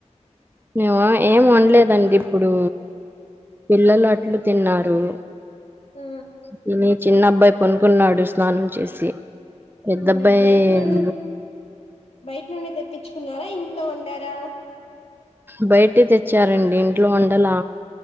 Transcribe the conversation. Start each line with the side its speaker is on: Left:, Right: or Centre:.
Right: మేమ ఏం వాండ్లేదండి ఇప్పుడు పిల్లలు అట్లు తిన్నారు.
Left: ఆ
Right: తిని చిన్న అబ్బాయి పనుకున్నాడు స్నానం చేసి పెద్ద
Left: ఉమ్,
Right: అబ్బాయి
Left: బయట
Right: ఏం
Left: నుండి బయట నుండి తెప్పిచ్చుకున్నారా ఇంట్లో వండారా
Right: బయటె తెచ్చారండి ఇంట్లో వండలా